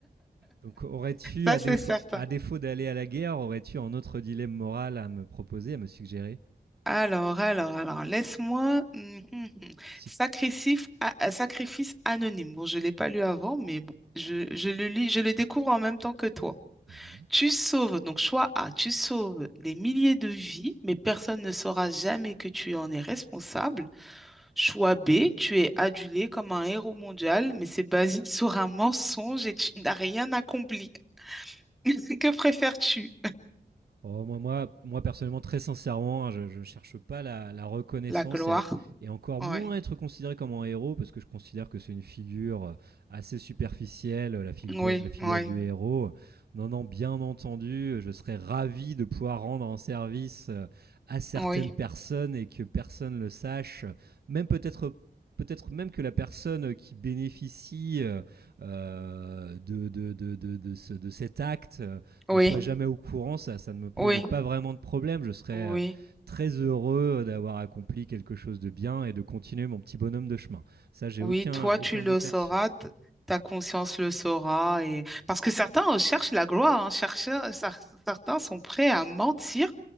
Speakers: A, on the right (about 65°); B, in the centre.
A: donc aurais-tu,
B: Ça,
A: à
B: c'est
A: défaut,
B: certain.
A: à défaut d'aller à la guerre, aurais-tu un autre dilemme moral à me proposer, à me suggérer
B: Alors, alors, alors, laisse-moi. Hum, hum, hum.
A: Si-
B: Sacrifice, a- a- sacrifice anonyme. Bon, je ne l'ai pas lu avant, mais bon, je, je le lis, je le découvre en même temps que toi.
A: Mhm.
B: Tu sauves, donc choix A, tu sauves des milliers de vies, mais personne ne saura jamais que tu en es responsable. Choix B, tu es adulé comme un héros mondial, mais c'est basé <laughs> sur un mensonge et tu n'as rien accompli. <laughs> Que préfères-tu?
A: Oh, moi, moi, moi, personnellement, très sincèrement, hein, je ne cherche pas la, la reconnaissance
B: La gloire.
A: et, et encore
B: Oui,
A: moins être considéré comme un héros parce que je considère que c'est une figure euh, assez superficielle, la figure,
B: oui,
A: la figure
B: oui,
A: du héros. Non, non, bien entendu, je serais ravi de pouvoir rendre un service euh, à certaines
B: oui,
A: personnes et que personne le sache, même peut-être peut-être même que la personne qui bénéficie euh, euh, de, de, de, de- de ce- de cet acte euh,
B: oui,
A: ne soit jamais au courant, ça, ça ne me pose
B: oui.
A: pas vraiment de problème. Je serais
B: Oui,
A: euh, très heureux d'avoir accompli quelque chose de bien et de continuer mon petit bonhomme de chemin. Ça, j'ai
B: oui,
A: aucun,
B: toi
A: aucun
B: tu le
A: doute
B: sauras,
A: là-dessus.
B: t- ta conscience le saura et parce que certains euh, cherchent la gloire, hein, chercheurs- cer- certains sont prêts à mentir